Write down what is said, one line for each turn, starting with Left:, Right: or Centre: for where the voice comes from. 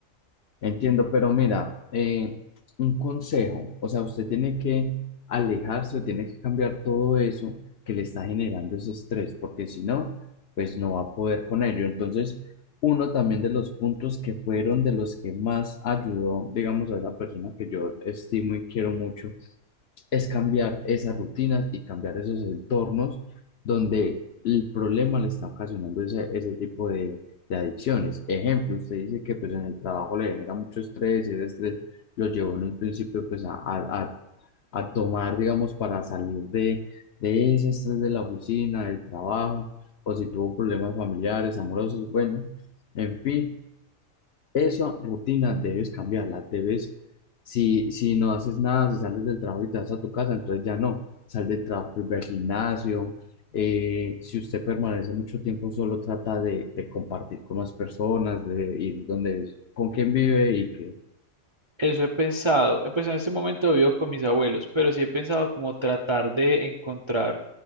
Left: Entiendo, pero mira, eh, un consejo, o sea, usted tiene que alejarse o tiene que cambiar todo eso que le está generando ese estrés, porque si no, pues no va a poder con ello. Entonces, uno también de los puntos que fueron de los que más ayudó, digamos, a esa persona que yo estimo y quiero mucho, es cambiar esas rutinas y cambiar esos entornos donde el problema le está ocasionando ese, ese tipo de, de adicciones. Ejemplo, usted dice que pues en el trabajo le genera mucho estrés y ese estrés lo llevó en un principio pues a, a, a- a tomar, digamos, para salir de, de ese estrés de la oficina, del trabajo, o si tuvo problemas familiares, amorosos, bueno, en fin esa rutina debes cambiarla, debes, si, si no haces nada, si sales del trabajo y te vas a tu casa, entonces ya no, sal del trabajo, pues, ve al gimnasio, eh, si usted permanece mucho tiempo solo, trata de, de compartir con las personas, de ir donde, con quién vive y que,
Right: Eso he pensado, eh, pues en este momento vivo con mis abuelos, pero sí he pensado como tratar de encontrar